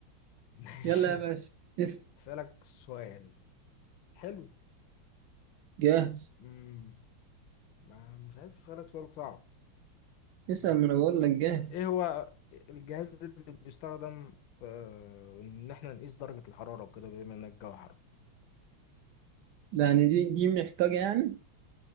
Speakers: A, on the left; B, on the right.
A: <laughs> ماشي
B: يلا يا باشا اسأل
A: اسالك سؤال حلو
B: جاهز
A: امم ما مش عايز اسالك سؤال صعب
B: اسأل
A: مم.
B: ما انا بقول لك جاهز
A: ايه هو الجهاز اللي بيستخدم في ان احنا نقيس درجة الحرارة وكده بما ان الجو حر
B: يعني دي دي محتاجة يعني